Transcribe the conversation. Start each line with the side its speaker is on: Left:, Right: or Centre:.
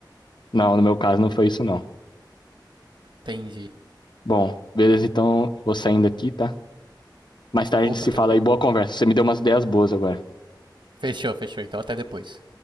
Left: não, no meu caso não foi isso, não.
Right: Entendi.
Left: Bom, beleza, então vou saindo aqui, tá? Mais tarde
Right: Opa,
Left: a gente se
Right: tranquilo.
Left: fala aí, boa conversa. Você me deu umas ideias boas agora.
Right: Fechou, fechou, então até depois.